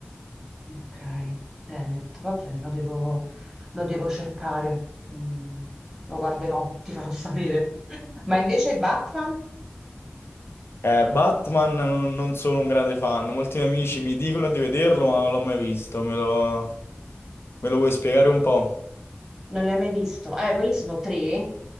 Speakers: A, in the centre; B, on the left.
A: Ok, Tenet, va bene, lo devo, lo devo cercare, Mm, lo guarderò, ti farò sapere. <laughs> Ma invece Batman?
B: Eh, Batman non, non sono un grande fan, molti miei amici
A: Mm.
B: mi dicono di vederlo, ma non l'ho mai visto, me lo, me lo vuoi spiegare un po'?
A: Non l'hai mai visto? Eh, quelli sono tre.